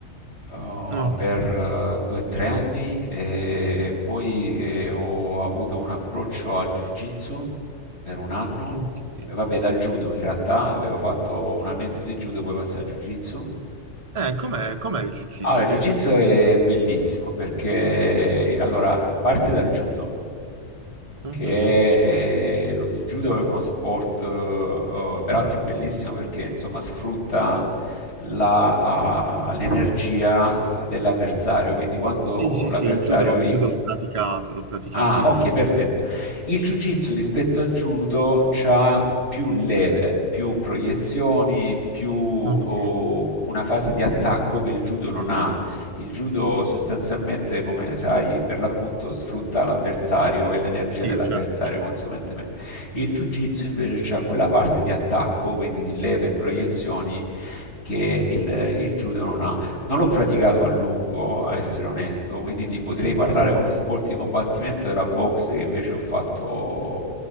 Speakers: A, on the left (about 55°); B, on the right (about 30°).
A: oh,
B: Ok,
A: per 2-3 anni e poi eh, ho avuto un approccio al jiu-jitsu per un anno.
B: ok.
A: E vabbè, dal judo in realtà avevo fatto un annetto di judo, poi passai al jiu-jitsu.
B: Eh, com'è, com'è il jiu-jitsu
A: Allora, il jiu-jitsu
B: rispetto
A: è
B: al judo?
A: bellissimo perché allora, parte dal judo,
B: Ok.
A: che è- eh, lo- il judo è uno sport eh, oh, peraltro bellissimo perché insomma sfrutta la, ah, l'energia dell'avversario, quindi quando
B: Sì, sì,
A: l'avversario
B: sì, il judo, il judo
A: X
B: l'ho praticato, l'ho praticato
A: Ah,
B: il
A: ok,
B: judo.
A: perfetto. Il jiu-jitsu rispetto al judo ha più leve, più proiezioni, più oh,
B: Ok,
A: una fase di attacco che il judo non ha. Il judo sostanzialmente, come sai, per l'appunto sfrutta l'avversario e l'energia
B: sì,
A: dell'avversario
B: certo, certo.
A: conseguentemente. Il jiu-jitsu invece ha quella parte di attacco, quindi di leve e proiezioni, che il, il judo non ha. Non l'ho praticato a lungo, a essere onesto, quindi ti potrei parlare come sport di combattimento della boxe che invece ho fatto